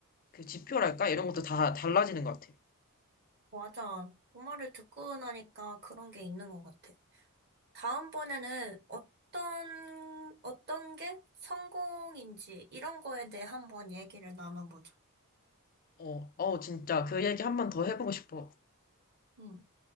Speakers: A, on the left; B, on the right.
A: 그 지표랄까? 이런 것도 다 달라지는 것 같아.
B: 맞아. 엄마를 듣고 나니까 그런 게 있는 것 같아. 다음번에는 어떤, 어떤 게 성공인지, 이런 거에 대해 한번 얘기를 나눠보자.
A: 어, 어, 진짜 그 얘기 한 번 더 해보고 싶어.
B: 응.